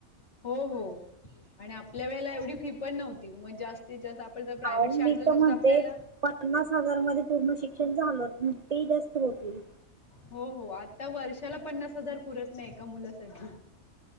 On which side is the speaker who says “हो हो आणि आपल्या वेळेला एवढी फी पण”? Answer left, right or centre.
Left